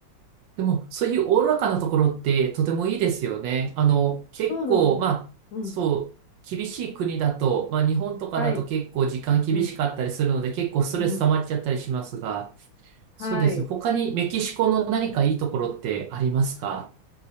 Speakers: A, on the right; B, on the left.
A: でも、そういうおおらかなところって、とてもいいですよね。あの、結構、
B: そうなの。
A: まあ、
B: うん。
A: そう、厳しい国だと、まあ、日本とかだと結構時間厳しかったりするので、
B: はい。うん。
A: 結構ストレス溜まっちゃったりしますが、
B: うん。はい。
A: そうですね。他にメキシコの何かいいところってありますか